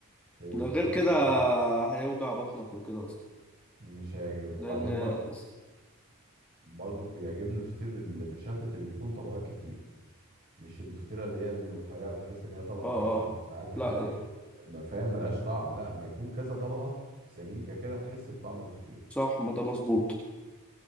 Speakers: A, on the right (about 45°); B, in the centre.
A: في-
B: ده
A: بيفرق
B: غير كده
A: جدا
B: هيوجع بطنك وكده اصلا
A: مش هيعجب وبعدين
B: لان اه
A: برضو برضو بيعجبني فطير المشلتت اللي بيكون طبقات كتير مش الفطيرة اللي هي الرفيعة تحس إن هي طبقة
B: اه
A: واحدة وساعات
B: لا
A: <laughs> ما فاهم ملهاش طعم لا ما يكون كذا طبقة سميكة كده تحس بطعم الفطير
B: صح ما ده مظبوط